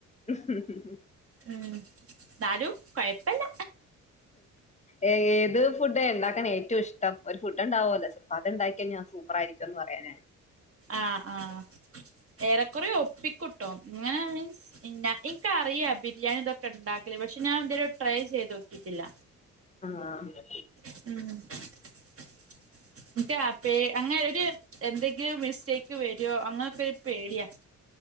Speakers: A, on the left (about 25°); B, on the right (about 50°).
A: ഉ ഉം ഉ ഉ്
B: ഉം ന്നാലും, കൊയപ്പല്ല
A: ഏ ഏത് ഫുഡ ഉണ്ടാൻ ഏറ്റവും ഇഷ്ടം ഒരു ഫുഡ്ണ്ടാവുമല്ലോ ചിലപ്പോ അത് ഉണ്ടാക്കിയാ ഞാ അഭി പ്രായല്ലെ ന്ന് പറയാനെ
B: ആഹ് ആഹ് ഏറെക്കുറെ ഒപ്പിക്കൂട്ടോ ഇങ്ങനെ മീൻസ്, ഇണ്ടാക്കാ ഇൻക്കഅറിയാ ബിരിയാണി ഇതൊക്കെ ക്കണ്ടാക്കല്, പക്ഷെ ഞാൻ ഇതരെ ട്രൈ, ചെയ്ത്, നോക്കിയിട്ടില്ല.
A: ആഹഹ്
B: ഉം <unintelligible> അങ്ങനെ ഒരു എന്തെങ്കിലും മിസ്റ്റേക്ക് വര്വോ അങ്ങനൊ ക്കെ പേടിയാ